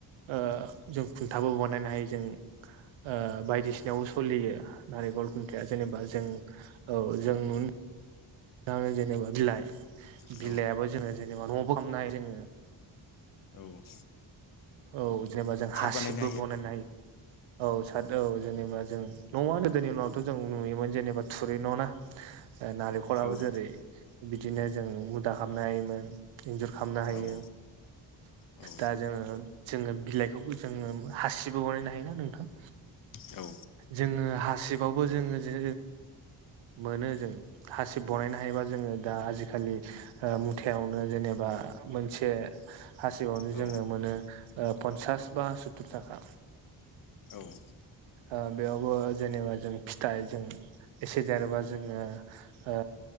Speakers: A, on the right; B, on the left.
A: ओ जों खुनथाबो बानायनो हायो जों ओ बायदिसि फुलि नारेंखल खुन्थाया जेनेबा जों औ जों नुनो थांङो जेनेबा बिलाय
B: औ
A: बिलाइयाबो जोङो जेनेबा न'आवबो खामनो हायो जोङो
B: औ
A: औ जेनेबा जों
B: सार्ट
A: हासिबबो
B: बानायनो
A: बनायनो हायो। औ सत औ जेनेबा जों न'आ गोदोनि उनावथ' जों नुयोमोन जेनेबा थुरि न' ना। नालेंखला
B: आरो
A: बो जेरै बिदिनो जों मुदा खालामनो हायोमोन इन्जुर खालामनो हायो।
B: औ औ औ
A: दा जोङो जोङो बिलाइखौ जोङो हासिबो बानायनो हायोना नोंथां?
B: औ औ
A: जोङो हासिबावबो जोङो जे मोनो जों हासिब बनायनो हायोबा जोङो दा आजिखालि मुथायावनो जेनेबा मोनसे हासिबावनो
B: औ
A: जोङो मोनो पन्सास बा सुततुर थाखा।
B: औ उम
A: ओ बेयावबो जेनेबा जों फिथाइ जों एसे देरोबा जोङो। ओ